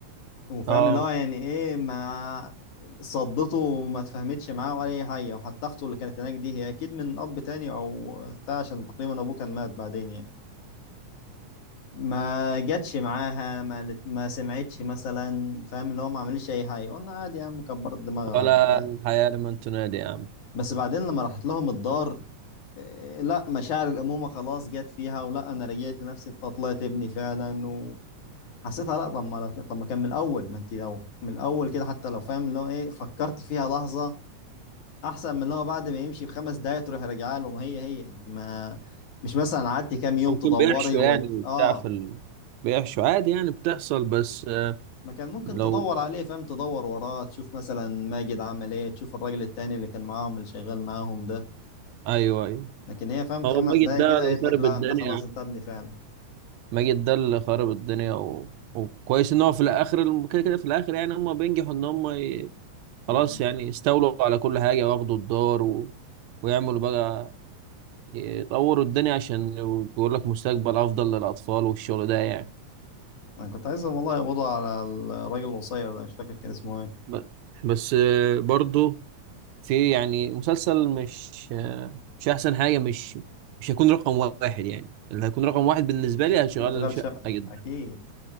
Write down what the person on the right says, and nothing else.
اه
ولا
الحياه لمن تنادي يا عم
ممكن
بيحشوا
يعني
بتاع في ال... بيحشوا عادي يعني بتحصل بس آه،
لو
ايوه ايوه
هو ماجد
ده
اللي
خرب
الدنيا
ماجد ده اللي خرب الدنيا و... وكويس ان هو في الاخر الم- كده كده في الاخر يعني هم بينجحوا ان هم ي... خلاص
يعني يستولوا على كل حاجه واخدوا الدار و... ويعملوا بقى يطوروا الدنيا عشان بيقول لك مستقبل افضل للاطفال والشغل ده يعني
ب... بس آه، برضو في يعني مسلسل مش آه، مش احسن حاجه مش مش هيكون رقم واحد يعني اللي هيكون رقم واحد بالنسبه لي هشغل
شقه
جدا